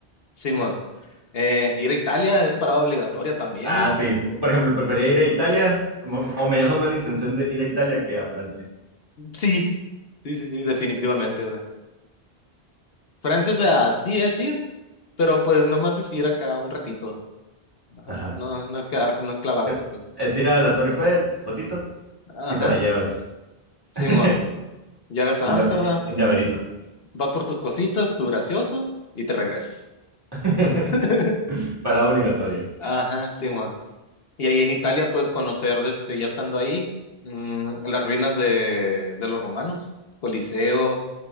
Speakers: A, on the left; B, on the right.
A: Simón. Eh, ir a Italia es parada obligatoria también,
B: Ah,
A: güey.
B: sí. Por ejemplo, prefería
A: Eh,
B: ir a Italia, mo- o me llama más la intención de ir a Italia que a Francia.
A: Sí, sí, sí, sí, definitivamente, güey. Francia, o sea, sí es ir, pero pues nomás es ir acá un ratito. Ajá,
B: Ajá.
A: no, no es quedarte, no es clavarte,
B: Eh,
A: pues.
B: Es ir a la Torre Eiffel, fotito,
A: Ajá,
B: y te la llevas
A: Simón,
B: <laughs> en,
A: llegas
B: lla-
A: a Ámsterdam,
B: eh, en llaverito.
A: vas por tus cositas, tu gracioso, y te regresas.
B: <laughs>
A: <laughs>
B: Para obligatorio.
A: Ajá, Simón. Y ahí en Italia puedes conocer, este, ya estando ahí, mm, las ruinas de, de los romanos, Coliseo,